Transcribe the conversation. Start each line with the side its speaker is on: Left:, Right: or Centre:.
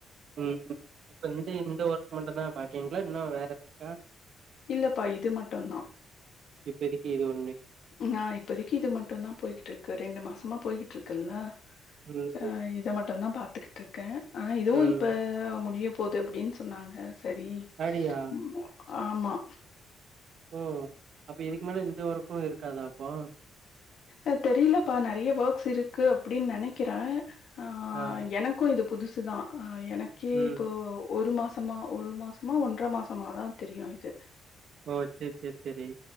Right: ம் ம் இப்ப இந்த இந்த ஒர்க் மட்டு தா பாக்கீங்ளா இன்னு வேற இருக்கா
Left: இல்லப்பா இது மட்டுந்தா
Right: இப்பெதிக்கி இது ஒன்னு
Left: ம் ஆ இப்பதக்கி இது மட்டுந்தா போய்கிட்ருக்கு ரெண்டு மாசமா போய்கிட்ருக்கல்ல
Right: ம்,
Left: ஆ
Right: ம்,
Left: இத மட்டுந்தா பாத்துக்கிட்ருக்கே ஆனா இதுவு
Right: ம்.
Left: இப்ப முடிய போது அப்டின் சொன்னாங்க சரி
Right: அடியா
Left: ம். ஆமா
Right: ஓ அப்ப இதுக்கு மேல இந்த ஒர்க்கு இருக்காதா அப்போ
Left: அ தெரிலப்பா நெறய வோர்க்ஸ் இருக்கு அப்டின் நெனக்குறே ஆ
Right: ஆ
Left: எனக்கு இது புதுசு தா அ எனக்கே
Right: ம்.
Left: இப்போ ஒரு மாசமா ஒரு மாசமா ஒன்ற மாசமாதா தெரியு இது
Right: ஓ செரி செரி செரி